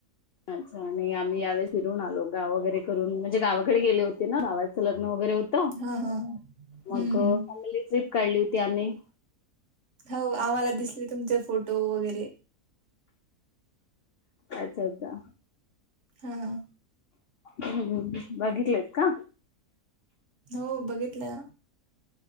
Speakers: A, on the left; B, on the right.
A: अच्छा आणि आम्ही यावेळेस फिरून आलो गाव वगैरे करून म्हणजे गावाकडे गेले होते ना गावाचं लग्न वगैरे होत
B: हां, हां.
A: मग
B: हं, हं.
A: फॅमिली ट्रिप काढली होती आम्ही.
B: हो आम्हाला दिसले तुमचे फोटो वगैरे.
A: अच्छा अच्छा
B: हां.
A: हम्म बघितलेत का?
B: हो बघितलं.